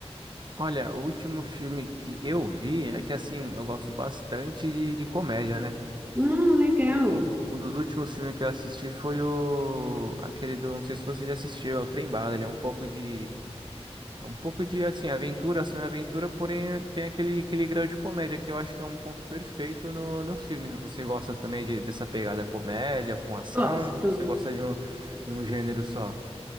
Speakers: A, on the right; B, on the right.
A: Olha, o último filme que eu vi é que, assim, eu gosto bastante de, de comédia, né?
B: Hum, legal.
A: Um, do- um dos últimos filmes que eu assisti foi o... aquele do... não sei se você já assistiu, é o Trem Bala. Ele é um pouco de... é um pouco de, assim, aventura, ação e aventura, porém tem aquele, aquele grau de comédia que eu acho que é um ponto perfeito no, no filme. Você gosta também de- dessa pegada comédia com ação?
B: Gosto.
A: Você gosta de um, de um gênero só?